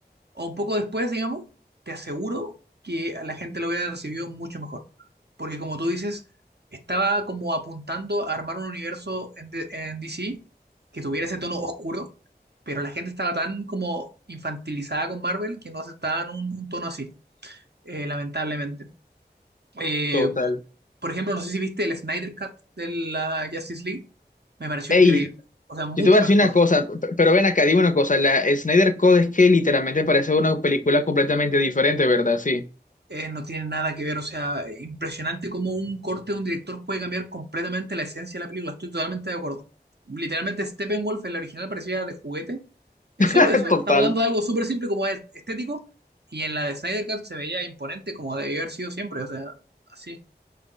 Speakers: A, on the right; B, on the left.
A: o un poco después, digamos, te aseguro que a la gente lo hubiera recibido mucho mejor. Porque como tú dices, estaba como apuntando a armar un universo en, D- en DC que tuviera ese tono oscuro, pero la gente estaba tan como infantilizada con Marvel que no aceptaban un, un tono así, eh, lamentablemente. Eh,
B: Total.
A: por ejemplo, no sé si viste el Snyder Cut de la Justice League, me pareció
B: Hey.
A: increíble, o sea, mucho
B: Yo te voy a
A: mejor.
B: decir una cosa, p- pero ven acá, dime una cosa, la Snyder Code es que literalmente parece una película completamente diferente, ¿verdad? Sí.
A: eh, no tiene nada que ver, o sea, impresionante cómo un corte de un director puede cambiar completamente la esencia de la película, estoy totalmente de acuerdo. Literalmente Steppenwolf, el original, parecía de juguete, es
B: <laughs>
A: solo eso, estamos
B: Total.
A: hablando de algo súper simple como es- estético, y en la de Snyder Cut se veía imponente como debió haber sido siempre, o sea, así.